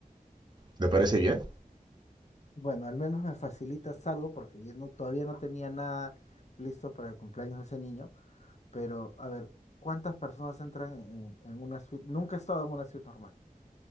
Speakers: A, on the right; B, on the left.
A: ¿Le parece bien?
B: Bueno, al menos me facilitas algo porque yo no- todavía no tenía nada listo para el cumpleaños de ese niño. Pero, a ver, ¿cuántas personas entran en, en una suite? Nunca he estado en una suite normal.